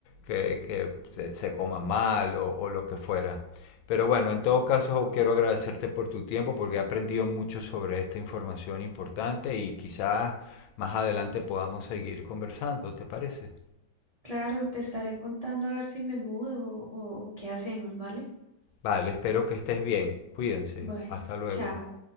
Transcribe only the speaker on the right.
Claro, te estaré contando a ver si me mudo o, o qué hacemos, ¿vale?
Bueno,
chao.